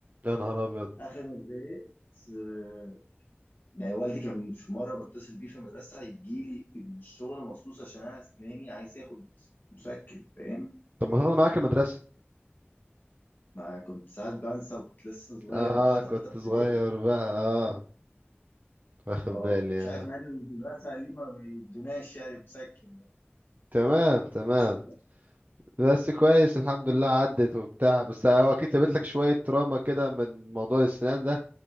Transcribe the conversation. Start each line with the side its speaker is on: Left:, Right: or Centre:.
Right: يا نهار ابيض
Left: اخر ما زهقت آه، يعني والدي كان في مرة بتصل بيه في المدرسة يجي لي من الشغل مخصوص عشان انا اسناني عايز اخد مسكن فاهم
Right: طب ما تاخد معاك المدرسه
Left: ما كنت ساعات بنسى وكنت لسه صغير
Right: اه
Left: بقى
Right: كنت
Left: تالتة ابتدائي
Right: صغير بقى اه واخد
Left: اه
Right: بالي
Left: مش
Right: اه
Left: عارف مع ان المدرسة ليه ما بيدوناش يعني مسكن
Right: تمام تمام
Left: بس
Right: بس كويس الحمد لله عدت وبتاع بس هو اكيد سابت لك شويه تراما كده من موضوع الاسنان ده